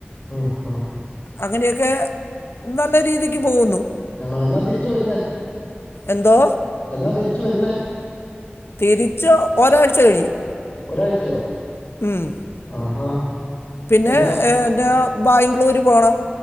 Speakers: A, on the left (about 30°); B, on the left (about 75°).
A: ഉം ഉം
B: അങ്ങനെയൊക്കെ നല്ല രീതിക്ക് പോകുന്നു
A: ആണോ എന്നാ തിരിച്ചു വരുന്നേ
B: എന്തോ
A: എന്നാ തിരിച്ചു വരുന്നേ
B: തിരിച്ച് ഒരാഴ്ച കഴിയും
A: ഒരാഴ്ചയോ
B: ഉം
A: ആഹാ
B: പിന്നെ
A: എന്നാ
B: എന്താ ബാംഗ്ലൂര് പോണം